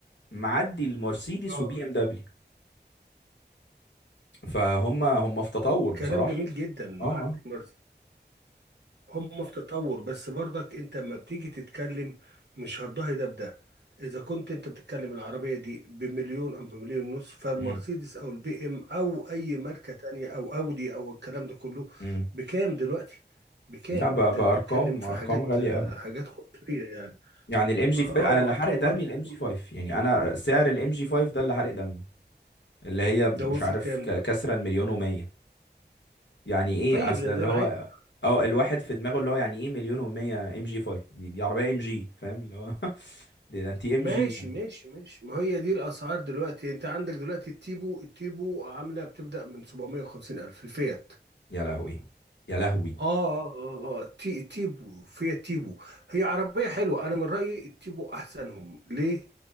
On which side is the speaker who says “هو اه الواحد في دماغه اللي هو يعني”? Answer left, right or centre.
Left